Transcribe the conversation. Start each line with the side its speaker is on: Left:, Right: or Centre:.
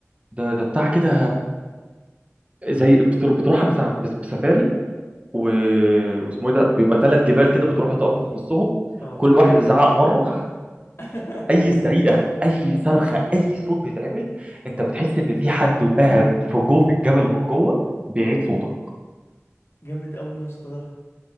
Right: ده ده بتاع كده زي بتر- بتروحها بسع- بسفاري و... واسمه ايه ده بيبقى ثلاث جبال كده بتروحوا تقفوا في نصهم
Left: اه
Right: كل واحد يزعق مره
Left: <laughs>
Right: اي زعيقه اي صرخه اي صوت بيتعمل انت بتحس ان في حد قاعد في جوه في الجبل من جوه بيعيد صوتك
Left: جامد قوي يا اسطى ده